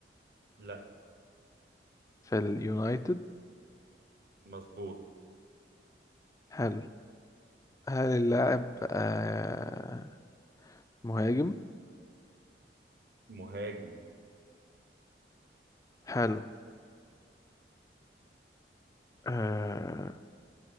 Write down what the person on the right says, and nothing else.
لا
مظبوط
مهاجم